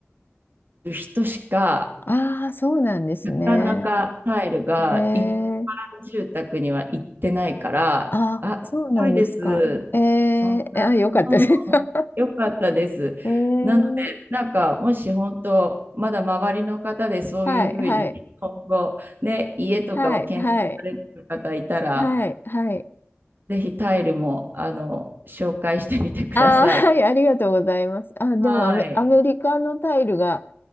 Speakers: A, on the right (about 50°); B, on the left (about 50°).
A: いう人しか
B: ああ、そうなんですね。
A: なかなかタイルが一般
B: ええ
A: 住宅には行ってないから、
B: あ、
A: あ、
B: そうなんですか。
A: すごいです。
B: ええあ、
A: そんな、
B: よかったです。
A: うん、
B: <laughs>
A: よかったです。
B: ええ
A: なので、なんか、もし本当、まだ周りの方でそういうふうに、
B: はい、はい、
A: 今後、ね、家とかを検討されてる方いたら、
B: はい、はい、はい、はい。
A: ぜひタイルも、あの、紹介してみてください。
B: ああ、<laughs> はい、ありがとうございます。あ、でもアメ、
A: はい。
B: アメリカのタイルが